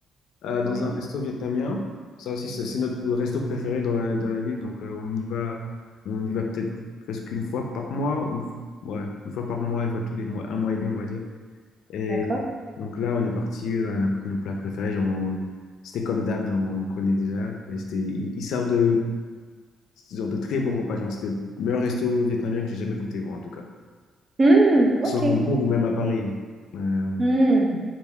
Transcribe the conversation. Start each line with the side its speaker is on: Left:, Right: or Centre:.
Left: euh, dans
Right: Ouais,
Left: un resto vietnamien. Ça aussi, c'est c'est notre resto préféré dans la, dans la ville. Donc, euh, on y va, on y va peut-être presque une fois par mois. Une, f- ouais, une fois par mois, une fois tous les mois, un mois et demi, on va dire. Et
Right: d'accord.
Left: donc là, on est parti, euh, on a pris nos plats préférés. Genre, on- c'était comme d'hab, genre, on connaît déjà. Mais c'était, ils, ils servent de, genre, de très bons repas. Genre, c'était le meilleur resto vietnamien que j'ai jamais goûté, bon en tout cas.
Right: Hmm, ok.
Left: Soit à Hambourg ou même à Paris. Euh,
Right: Hmm,